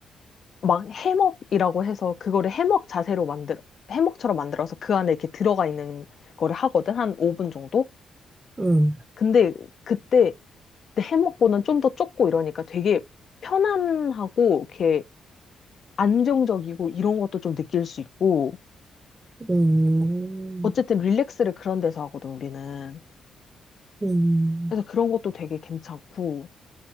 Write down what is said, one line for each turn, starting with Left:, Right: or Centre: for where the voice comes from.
Left: 막 해먹이라고 해서 그거를 해먹 자세로 만들어 해먹처럼 만들어서 그 안에 이렇게 들어가 있는 거를 하거든 한 5분 정도.
Right: 음,
Left: 근데 그때 내 해먹보다는 좀 더 좁고 이러니까 되게 편안하고 이렇게 안정적이고 이런 것도 좀 느낄 수 있고
Right: 음,
Left: 어쨌든 릴렉스를 그런 데서 하거든, 우리는.
Right: 음,
Left: 그래서 그런 것도 되게 괜찮고.